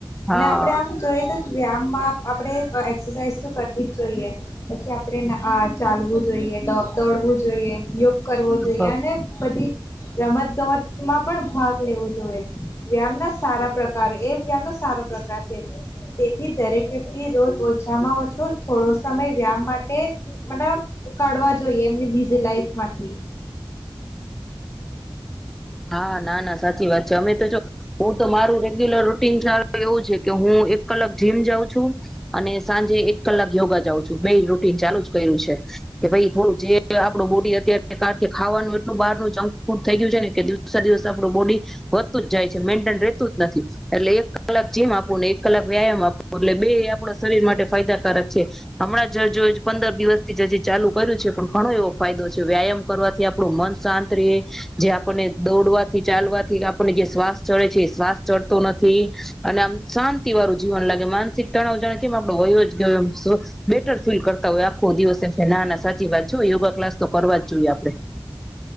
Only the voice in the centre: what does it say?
હા
હા
હા ના ના સાચી વાત છે અમે તો જો હું તો મારુ રેગ્યુલર ટીન જાણે એવું છે કે હું એ એક કલાક જીમ જાવું અને સાંજે એક કલાક યોગા જાઉ છું બે ઈ ચાલુ જ કર્યું છે. કે ભાઈ થોડું જે આપડું બોડી અત્યારે કારણ કે ખાવાનું એટલું બહાર નું જંકફૂડ થઈ ગયું છે ને કે દિવસે દિવસે આપણું બોડી, બો વધતું જ જાય છે, મેન્ટેન રહેતું જ નથી. એટલે એક અલગ જીમ આપ <unintelligible> એક કલાક વ્યાયામ આપવો એટલે બેય આપણા શરીર માટે ફાયદાકારક છે. હમણાં જ જો પંદર દિવસ <unintelligible> હજી ચાલુ કર્યું છે પણ ઘણો એવો ફાયદો છે વ્યાયામ કરવાથી આપણું મન શાંત રેય જે આપણને દોડવાથી, ચાલવાથી આપણેને જે શ્વાસ ચડે છે એ શ્વાસ ચડતો નથી, અને આમ શાંતિ વાળું જીવન લાગે માનસિકતા નો <unintelligible> <unintelligible> બેટર ફીલ કરતા હોય આખો દિવસ એમ થાય કે ના, ના સાચી વાત છે હો યોગા ક્લાસ તો કરવા જ જોઈએ આપડે.